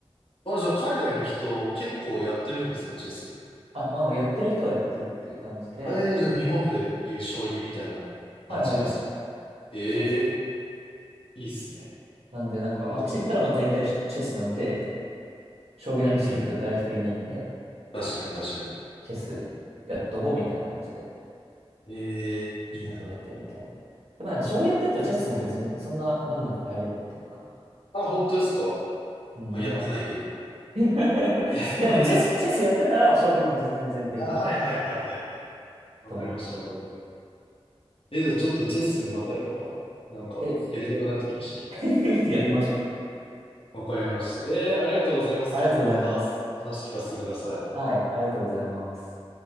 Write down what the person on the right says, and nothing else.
な。あ、まあ、まあやってる人はやってるって感じで、
はいはいはい。
そうそうそう。
なんで、なんか、
あっち行ったらまあ大体チェスなんで、将棋なんか知ってる人誰一人いないんで、
チェスやっとこうみたいな感じで。
初めてみたいな。でもなんか将棋やってるとチェスも別にそんな難なく入れるっていうか。
うん、
なんか
<laughs> い
やでもチェス、
チェスやってたら将棋も全然できる
と思って。
え、
<laughs> やりましょう。
ありがとうございます。
はい、ありがとうございます。